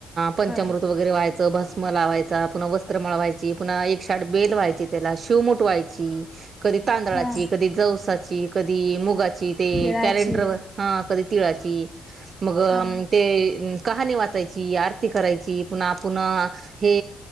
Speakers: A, on the right; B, on the left.
A: पंचामृत
B: बर
A: वगैरे व्हायचं. भस म लावायचा. पुन्हा वस्त्रमाळ वायची. पुन्हा एकशे - आठ बेल व्हायची. त्याला शिवमुठ व्हायची. ची. कधी तांदळाची,
B: हा
A: कधी जवसाची, कधी मुगाची ते
B: तिळाची
A: कॅलेंडरवर. ह. कधी तिळाची. मग
B: हा
A: ते कहाणी वाचायची. आरती करायची. पुन्हा- पुन्हा हे,